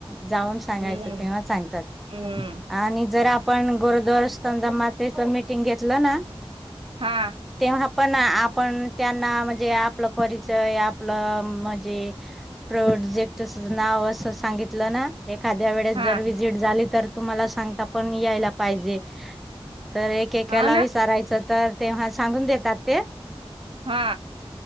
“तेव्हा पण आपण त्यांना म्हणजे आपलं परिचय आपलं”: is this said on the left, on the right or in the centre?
Centre